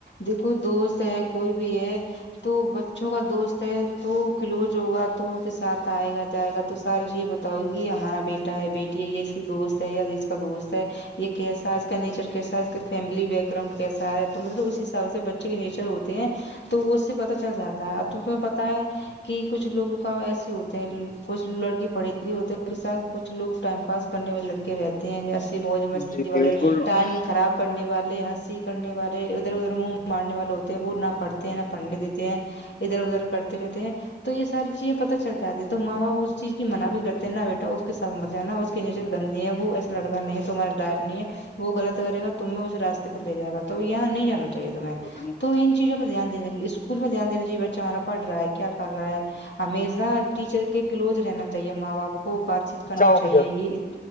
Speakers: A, on the left; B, on the left.
A: دیکھو دوست ہے کوئی بھی ہے تو اچھوں کا دوست ہے تو کلوز ہوگا تو ان کے ساتھ آئے گا جائے گا تو سارے جی تو گی ہمارا بیٹا ہے بیٹی یہ اس کی دوست ہے یا اس کا دوست ہے یہ کیسا ہے اس کا نیچر کیسا ہے اس کا فیملی بیک گراؤنڈ کیسا ہے تو مطلب اس حساب سے بچے کے نیچر ہوتے ہیں تو وہ اس پتا چل جاتا ہے تم تمہیں پتاہ ہے کہ کچھ لوگوں کا ایسے ہوتے ہیں کچھ لڑکی پڑھے لے ہوتے ہیں اور کچھ لوگ ٹائم پاس کرنے والے لڑکے رہتے ہیں جیسے موج مستی
B: جی بالکل
A: والے ٹائم خراب کرنے والے ہنسی کرنے والے ادھر ادھر منہ مارنے والے ہوتے ہیں وہ نہ پڑھتے ہیں نہ پڑھنے دیتے ہیں ادھر ادھر کرتے رہتے ہیں تو یہ ساری چیزیں پتا چل جاتی ہے تو ماں باپ اس چیز کی منع بھی کرتے ہیں نہ بیٹا اس کے ساتھ مت جانا اس کے نیچر گندی ہے وہ ایسا لڑکا نہیں ہے تمہارے ڈایق نہیں ہے وہ غلط کرے گا تمہیں اس راستے پر لے جائے گا تو یہاں نہیں جانا چاہیے تمہیں
B: اچھا
A: تو ان چیزوں پہ دھیان دینا اس اکول میں دھیان دینا چاہیے بچہ ہمارا پڑ رہا ہے کیا کر رہا ہے ہمیزا ٹیچر کے کلوز رہنا چاہیے ماں باپ کو بات چیت کر نی
B: ہوگی
A: چاہیے
B: جب
A: یہ